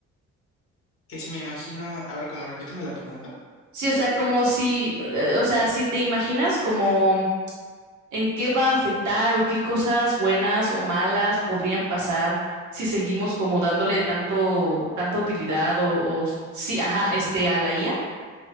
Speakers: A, on the left; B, on the right.
A: Que si me imagino, a ver, como repíteme la pregunta.
B: Sí, o sea, como si, eh, o sea, si te imaginas como en qué va a afectar o qué cosas buenas o malas podrían pasar si seguimos como dándole tanto, tanta utilidad o, o s- sí, ajá, este, a la IA.